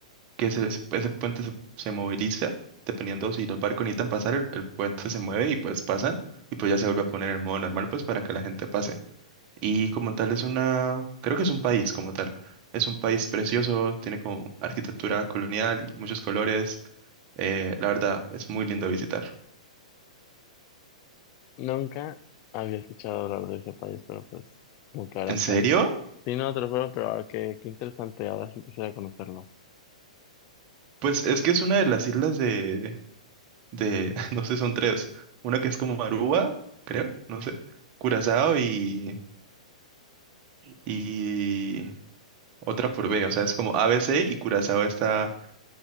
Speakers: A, on the right; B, on the left.
A: que ese, ese puente se, se moviliza, dependiendo si los barcos necesitan pasar, el, el puente se mueve y pues pasan, y pues ya se vuelve a poner en modo normal, pues para que la gente pase. Y como tal es una, creo que es un país como tal, es un país precioso, tiene como arquitectura colonial, muchos colores, eh, la verdad, es muy lindo visitar.
B: Nunca había escuchado hablar de ese país, pero pues, como que ahora
A: ¿En
B: está
A: serio?
B: ahí. Sí, no, te lo juro, pero ahora qué, qué interesante. Ahora sí quisiera conocerlo.
A: Pues es que es una de las islas de, de, <laughs> no sé, son tres, una que es como Aruba, creo, no sé, Curazao y, y otra por B. O sea, es como A B C y Curazao está